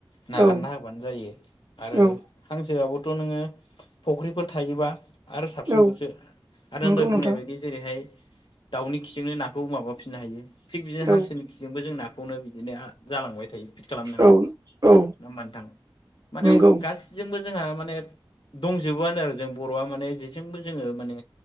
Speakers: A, on the left (about 70°); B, on the right (about 50°).
A: नागा
B: औ
A: ना होबानो जायो आरो
B: औ
A: हांसोआबथ थ' नोङो फख्रिफोर थायोबा आरो साबसिनबावसो
B: औ
A: आरो
B: नंगौ
A: <unintelligible> दहाय
B: नोंथां
A: बुंनाय बायदि जेरैहाय दाउनि खिजोंनो नाखौ माबाफिनो हायो। थिग बिदि हांसोनि
B: औ
A: खिजोंबो जोंना खौनो बिदिनो हा जालांबाय थायो। <unintelligible> पिट खालामनो हायो।
B: औ औ
A: <unintelligible> मबा नोंथां माने
B: नंगौ
A: गासिजोंबो जोंहा माने दंजोबोआनो आरो जों बर'आ माने जेजोंबो जोङो माने